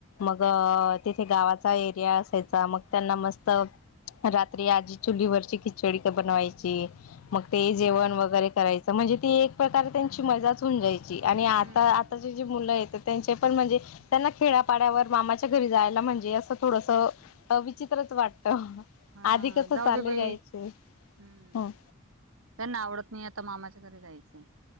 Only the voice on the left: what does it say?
मग तिथे गावात <unintelligible> एरिया असायचा मग त्यांना मस्त <unintelligible> रात्री आजी चुलीवररची खिचडी बनवायची मग ते जेवण वगैरे करायचं म्हणजे ती एक प्रकार त्यांची मजाच होऊन जायची <unintelligible> आणि आता
आता ज जे मुलं आहेत <unintelligible> त्यांचे पण म्हणजे त्यांना खेड्यापाड्यावर मामाच्या घरी जायला म्हणजे असं थोडसं विचित्रच वाटत <unintelligible>
आधी कसं
चालले
जायचे.
हम्म